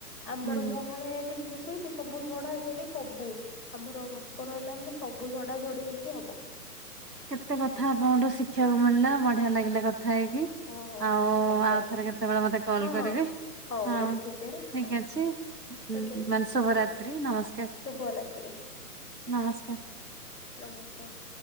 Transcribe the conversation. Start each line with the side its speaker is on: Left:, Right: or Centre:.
Left: ଆମର
Right: ହୁଁ ହୁଁ
Left: ମହାଳୟା ଯେମିତି ହୁଏନି ସବୁ ଝଡା ଝଡି ସବୁ ଆମର ମକର ହେଲା ମାନେ ସବୁ ଝଡାଝଡି ହେଇକି ହବ।
Right: କେତେ କଥା ଆପଣଙ୍କଠୁ ଶିଖିବାକୁ ମିଳିଲା ବଢିଆ ଲାଗିଲା କଥା ହେଇକି
Left: ହଁ ହଁ
Right: ଆଉ-
Left: ଆଜ୍ଞା
Right: ଆଉ ଥରେ କେତେବେଳେ ମତେ କଲ୍
Left: ହଁ
Right: କରିବେ
Left: ହଁ ହଉ
Right: ହଁ
Left: ରଖୁଛି ହେଲା ହଁ
Right: ଠିକ୍ ଅଛି।
Left: ଆଜ୍ଞା
Right: ମାନେ ଶୁଭରାତ୍ରି ନମସ୍କାର୍।
Left: ଶୁଭରାତ୍ରି
Right: ନମସ୍କାର।
Left: ନମସ୍କାର୍।